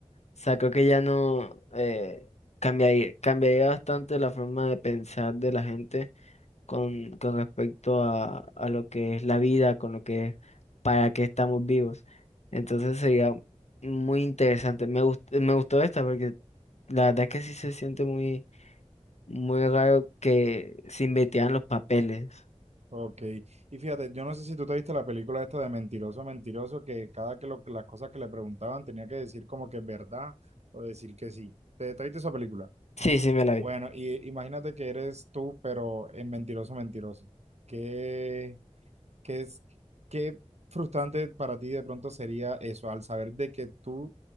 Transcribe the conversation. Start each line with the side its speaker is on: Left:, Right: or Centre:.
Left: O sea, creo que ya no eh, cambiaría, cambiaría bastante la forma de pensar de la gente. con, con respecto a, a lo que es la vida, con lo que es para qué estamos vivos. Entonces sería muy interesante. Me gustó, me gustó esta porque la verdad es que sí se siente muy, muy raro que se invirtieran los papeles.
Right: Ok, y fíjate, yo no sé si tú te viste la película esta de Mentiroso, Mentiroso, que cada que lo- las cosas que le preguntaban tenía que decir como que es verdad o decir que sí. ¿Te, te viste esa película?
Left: Sí, sí, me la
Right: Bueno,
Left: vi.
Right: y imagínate que eres tú, pero en mentiroso, mentiroso. ¿Qué, qué es, qué frustrante para ti de pronto sería eso, al saber de que tú